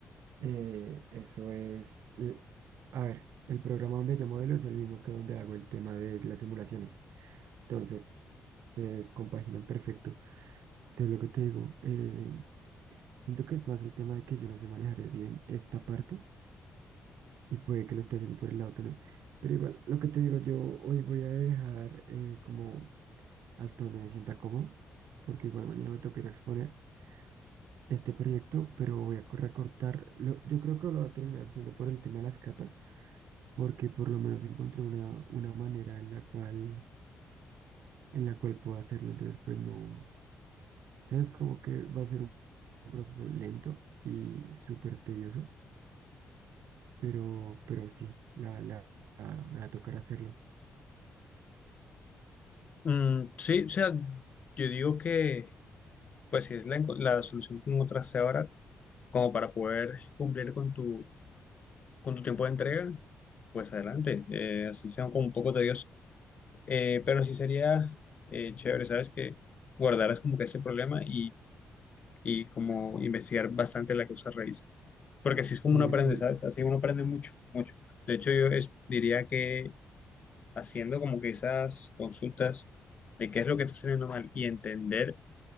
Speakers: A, on the right (about 70°); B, on the left (about 35°).
A: eh, eso es... l- A ver, el programa donde yo modelo es el mismo que donde hago el tema de las simulaciones. Entonces, se compaginan perfecto. Entonces, lo que te digo, eh, siento que es más el tema de que yo no sé manejar bien esta parte y puede que lo esté haciendo por el lado que no es. Pero igual, lo que te digo, yo hoy voy a dejar eh, como... hasta donde me sienta cómodo, porque igual mañana me toca ir a exponer este proyecto, pero voy a co- recortar, lo- yo creo que lo voy a terminar siendo por el tema de las capas, porque por lo menos encontré una, una manera en la cual, en la cual puedo hacerlo, entonces pues no, sabes como que va a ser un, un proceso lento y súper tedioso, pero, pero sí, la, la, la- me va a tocar hacerlo.
B: Mm, sí, o sea, yo digo que, pues si es la, enco- la solución que encontraste ahora, como para poder cumplir con tu, con tu tiempo de entrega, pues adelante, Eh, así sea como un poco tedioso. Eh, pero sí sería eh, chévere, ¿sabes? Que guardaras como que ese problema y, y como investigar bastante la causa raíz. Porque así es como
A: Sí,
B: uno aprende,
A: voy,
B: ¿sabes? Así uno aprende mucho, mucho. De hecho, yo es- diría que haciendo como que esas consultas de qué es lo que está saliendo mal y entender